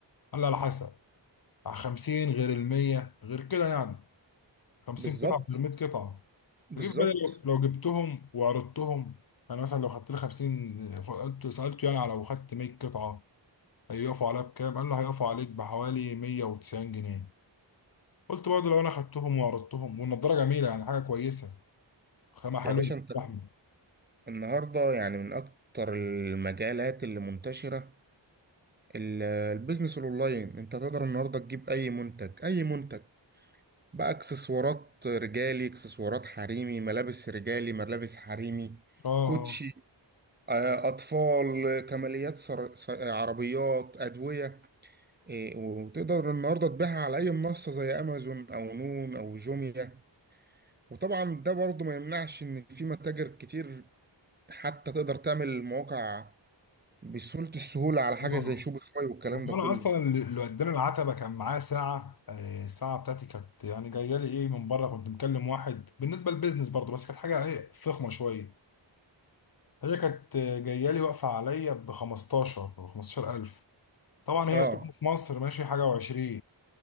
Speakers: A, on the left; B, on the right.
A: قال لي على حسب على 50 غير ال 100 غير كده يعني 50
B: بالظبط
A: قطعة غير 100 قطعة
B: بالظبط
A: فجيت في بالي لو لو جبتهم وعرضتهم انا مثلا لو خدت لي 50 قلت سألته يعني على لو خدت 100 قطعة هيقفوا عليها بكام قال له هيقفوا عليك بحوالي 190 جنيه قلت برضه لو انا خدتهم وعرضتهم والنضاره جميله يعني حاجه كويسه خامه حلوه
B: يا باشا انت
A: احمد
B: النهارده يعني من اكتر المجالات اللي منتشره ال- البيزنس الاونلاين انت تقدر النهارده تجيب اي منتج اي منتج بقى اكسسوارات رجالي اكسسوارات حريمي ملابس رجالي ملابس حريمي
A: اه
B: كوتشي آه، اطفال آه، كماليات سر... س- آه، عربيات ادويه آه، وتقدر النهارده تبيعها على اي منصه زي امازون او نون او جوميا وطبعا ده برضه ما يمنعش ان في متاجر كتير حتى تقدر تعمل مواقع بسهوله السهوله على حاجه
A: اه
B: زي شوبيفاي والكلام
A: ما
B: ده
A: هو
B: كله
A: انا اصلا اللي وداني العتبه كان معاه ساعه آه، الساعه بتاعتي كانت يعني جايه لي ايه من بره كنت مكلم واحد بالنسبه للبيزنس برضه بس كانت حاجه ايه فخمه شويه هي كانت آه، جايه لي واقفه عليا ب 15 ب 15000 طبعا هي
B: اه
A: سوق في مصر ماشي حاجه و20